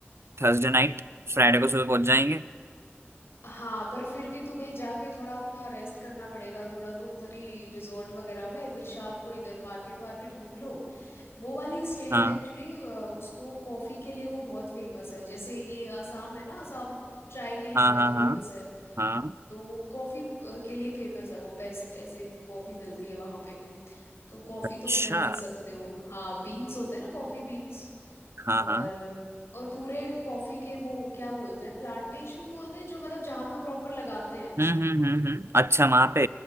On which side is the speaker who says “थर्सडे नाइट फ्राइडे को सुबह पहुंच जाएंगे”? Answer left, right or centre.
Right